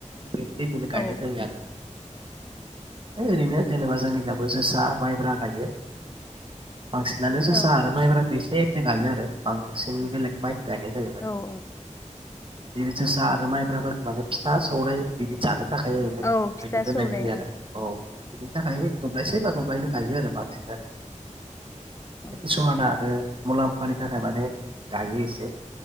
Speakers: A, on the right (about 40°); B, on the left (about 25°).
A: बेबादिनो गायनाय
B: औ
A: जायो आरो। ओरैनो जेनेबा जोंनि दाबो जोसा माइब्रा गायो बांसिनानो जोसा
B: औ
A: आरो माइब्रा एसे-एसे गायो आरो बांसिन बेलेग माइ गायनाय जायोमोन
B: औ औ
A: बिदि जोसा आरो माइब्राफोरखौ माने फिथा सौराय बिदि जानो थाखाय ओरैनो
B: औ
A: गायनो
B: फिथा
A: दोननाय
B: सौराय
A: जायो आरो
B: औ
A: औ बिनि थाखाय दब्लायसे बा दब्लायनै गायो आरो बांसिनानो।
B: औ
A: समाना आरो मुलाम्फानि थाखाय माने गायो एसे।